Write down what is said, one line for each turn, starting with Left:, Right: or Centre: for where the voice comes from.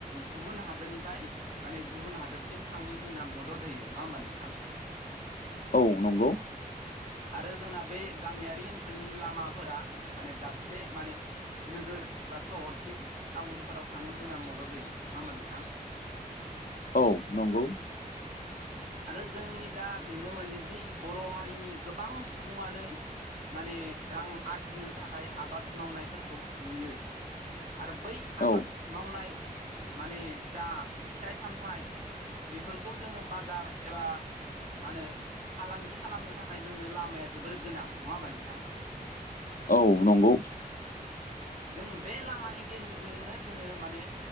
Right: गुबुन हादोरनिफ्राय माने गुबुन हादोरसिम थांनायाव जोंना मदद होयो नङा होमबा नोंथां
Left: औ नंगौ
Right: आरो जोंना बे गामियारि ओनसोलनि लामाफोरा माने दाबसे माने नोगोर एबा सहरसिम टाउनफोराव थांनायाव जोंना मदद होयो नङा होमबा नोंथां।
Left: औ नंगौ।
Right: आरो जोंनि दा नुनो मोनोदि बर' हारिनि गोबां सु बुङानो माने रां आरजिनो थाखाय आबाद मावनायफोरखौ नुयो। आरो बै आबाद
Left: औ
Right: मावनाय माने जा फिथाइ सामथाइ बेफोरखौ जोङो बाजार एबा मा होनो फालांगि खालामनो थाखाय जोंनो लामाया जोबोर गोनां नङा होमबा नोंथां।
Left: औ नंगौ।
Right: जों बे लामानि गेजेरजोंनो जोङो माने